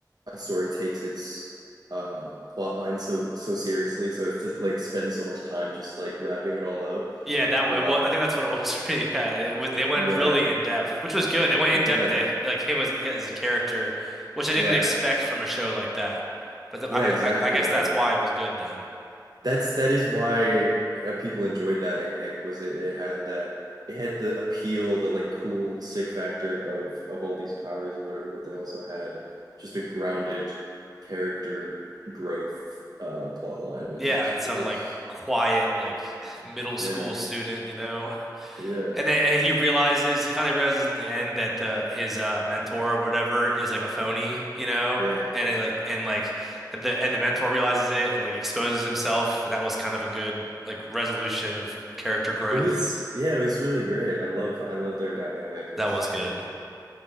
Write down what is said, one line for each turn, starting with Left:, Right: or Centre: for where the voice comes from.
Right: story takes its uh plot line so so seriously so it's just like spend so much time just like wrapping it all up
Centre: Yeah, that way.
Right: um
Centre: Well, I think that's what it was <laughs> for me. Yeah, it was, they went
Right: yeah
Centre: really in depth, which was good. They went in depth
Right: yeah
Centre: to like him as as a character, which I didn't
Right: yeah
Centre: expect from a show like that. But th
Right: yeah
Centre: I think
Right: exactly
Centre: I, I guess
Right: right
Centre: that's why it was good then.
Right: that's that is why uh, people enjoyed that I think was it it had that it had the appeal the like cool sick factor of of all these powers or whatever but they also had just a grounded character growth uh plot line and
Centre: Yeah, and some
Right: it was
Centre: like quiet like <laughs> middle school
Right: yeah
Centre: student, you know,
Right: yeah
Centre: And then and he realizes he finally realizes in the end that the his uh mentor or whatever is like a phony, you know?
Right: yeah
Centre: And it like and like the and the mentor realizes it and like exposes himself. That was kind of a good like resolution of character growth.
Right: It was yeah, it was really great. I love I love their dynamic and
Centre: That
Right: stuff.
Centre: was good.